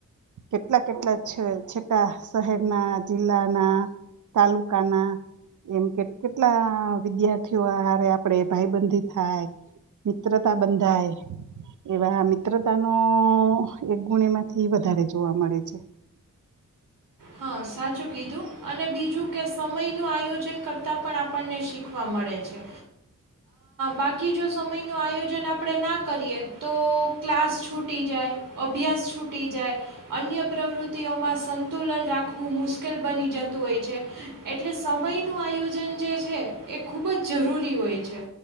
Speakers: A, on the right (about 65°); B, on the right (about 85°).
A: કેટલા કેટલા છે છેટા શહેરના જિલ્લાના તાલુકાના એમ કે કેટલા વિદ્યાર્થીઓ હારે આપણે ભાઈબંધી થાય મિત્રતા બંધાય એવા મિત્રતાનો એક ગુણમાંથી એ વધારે જોવા મળે છે.
B: હા સાચું કીધું અને બીજું કે સમયનું આયોજન કરતાં પણ આપણને શીખવા મળે છે બાકી જો સમયનું આયોજન આપણે ના કરીએ તો ક્લાસ છૂટી જાય અભ્યાસ છૂટી જાય અન્ય પ્રવૃત્તિઓમાં સ તુલન રાખવું મુશ્કેલ બની જતું હોય છે એટલે સમયનું આયોજન જે છે એ ખૂબ જ જરૂરી હોય છે.